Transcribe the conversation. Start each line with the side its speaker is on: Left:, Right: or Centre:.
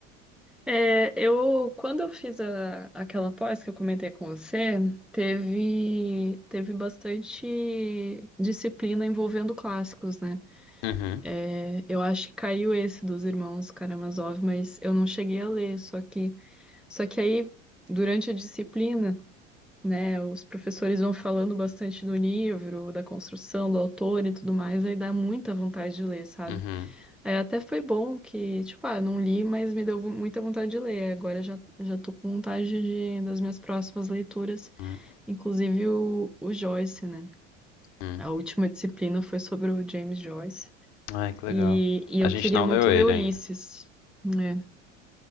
Centre: É, eu, quando eu fiz a- aquela pós que eu comentei com você, teve, teve bastante disciplina envolvendo clássicos, né?
Left: Uhum,
Centre: É, eu acho que caiu esse dos irmãos Karamazov, mas eu não cheguei a ler, só que, só que aí, durante a disciplina, né, os professores vão falando bastante do livro, da construção, do autor e tudo mais, aí dá muita vontade de ler, sabe?
Left: uhum,
Centre: É, até foi bom que, tipo, ah, não li, mas me deu muita vontade de ler. Agora já, já tô com vontade de, das minhas próximas leituras,
Left: uhum,
Centre: inclusive o, o Joyce, né?
Left: uhum.
Centre: A última disciplina foi sobre o James Joyce.
Left: Ai, que
Centre: E,
Left: legal.
Centre: e
Left: A
Centre: eu
Left: gente
Centre: queria
Left: não
Centre: muito
Left: leu ele
Centre: ler Ulisses,
Left: ainda.
Centre: né?